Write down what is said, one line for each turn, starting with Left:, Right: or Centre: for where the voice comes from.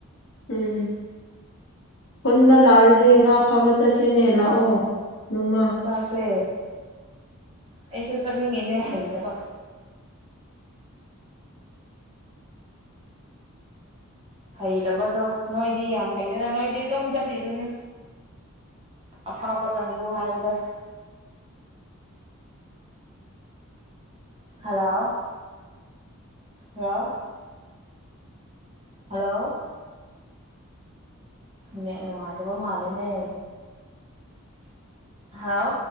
Left: ꯎꯝ ꯈꯨꯟꯗ ꯂꯥꯛꯔꯗꯤ ꯉꯥ ꯐꯥꯕ ꯆꯠꯁꯤꯅꯦ ꯂꯥꯛꯑꯣ ꯅꯣꯡꯃ
Right: ꯆꯥꯁꯦ ꯑꯩꯁꯨ ꯆꯠꯅꯤꯡꯉꯤꯅꯦ ꯍꯩꯇꯕ ꯍꯩꯇꯕꯗꯣ ꯅꯣꯏꯗꯤ ꯌꯥꯝ ꯍꯩꯗꯅꯥ ꯅꯣꯏꯗꯤ ꯑꯗꯨꯝ ꯆꯠꯂꯤꯗꯨꯅꯤ ꯑꯐꯥꯎꯕ ꯀꯥꯡꯒꯨ ꯍꯥꯏꯕꯗꯣ ꯍꯜꯂꯥꯎ ꯍꯜꯂꯣ ꯍꯜꯂꯣ ꯅꯦꯠ ꯅꯨꯡꯉꯥꯏꯗꯕ ꯃꯥꯂꯦꯅꯦ ꯍꯜꯂꯣ